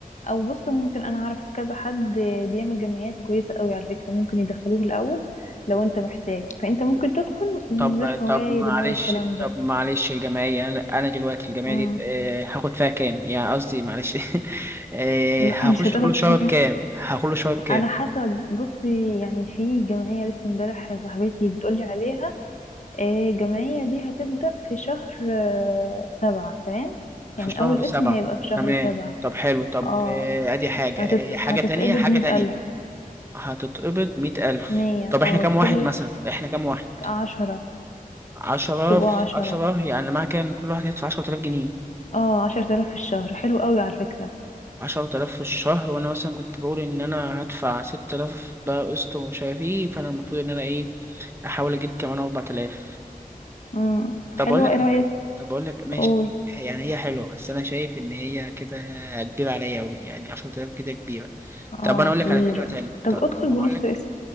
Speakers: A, on the left; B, on the right.
A: او بص ممكن انا اعرف كذا حد بيعمل جمعيات كويسة قوي على فكرة ممكن يدخلوه الاول لو انت محتاج فانت ممكن تدخل من
B: طب
A: غير فوائد
B: طب معلش
A: ومن غير الكلام
B: طب
A: ده
B: معلش الجمعية أنا أنا دلوقتي الجمعية
A: امم
B: دي آه، هاخد فيها كام؟ يعني قصدي معلش <laughs> آه،
A: لا
B: هخش
A: <laughs> مش هتاخد
B: كل شهر
A: حاجة
B: بكام؟ هكل شهر بكام؟
A: على حسب بصي يعني في جمعية لسه امبارح صاحبتي بتقولي عليها آه، الجمعية دي هتبدأ في شهر آه، سبعة تمام يعني
B: في شهر
A: أول
B: سبعة
A: اسم هيبقى في شهر
B: تمام
A: سبعة
B: طب حلو طب
A: اه
B: آه، أدي حاجة
A: هتت...
B: آه، حاجة
A: هتتقبض
B: تانية حاجة
A: مية
B: تانية
A: ألف
B: هتتقبض مئة ألف
A: مية
B: طب إحنا
A: اه
B: كام واحد
A: كل
B: مثلا؟ إحنا كام واحد؟
A: عشرة
B: عشرة
A: هتبقوا
B: في
A: عشرة
B: عشرة يعني معنى كده إن كل واحد هيدفع عشرة آلاف جنيه
A: اه عشرة آلاف في الشهر حلو قوي على فكرة
B: عشرة آلاف في الشهر وأنا مثلا كنت بقول إن أنا هدفع ستة آلاف بقى قسط ومش عارف إيه فأنا المفروض إن أنا إيه أحاول أجيب كمان أربعة آلاف
A: مم.
B: طب
A: حلوة
B: أقول لك
A: ايه
B: على
A: رأيك
B: حاجة. طب أقول لك ماشي
A: قول
B: يعني هي حلوة بس أنا شايف إن هي كده كبيرة عليا أوي يعني عشرة آلاف كده كبيرة
A: اه
B: طب أنا أقول لك
A: كبيرة
B: على فكرة تانية
A: طب
B: طب
A: ادخل
B: طب
A: بنص
B: أقول لك
A: اسم